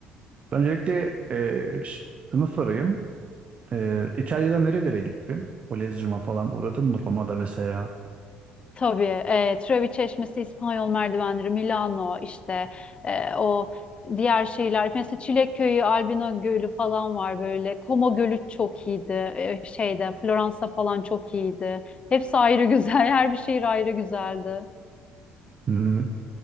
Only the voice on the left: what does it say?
Tabii e, Trevi Çeşmesi, İspanyol merdivenleri, Milano işte e, o diğer şeyler. Mesela Çilek Köyü, Albino Gölü falan var böyle. Como Gölü çok iyiydi. E, şeyde Floransa falan çok iyiydi. Hepsi ayrı güzel. <laughs> Her bir şehir ayrı güzeldi.